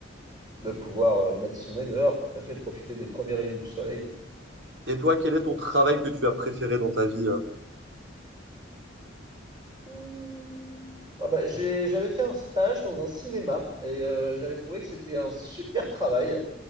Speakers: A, on the right; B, on the right.
A: de pouvoir euh, mettre son nez dehors, tout à fait, de profiter des premiers rayons du soleil.
B: Et toi, quel est ton travail que tu as préféré dans ta vie? euh
A: Mmh. Ah bah, j'ai, j'avais fait un stage dans un cinéma et euh, j'avais trouvé que c'était un super travail.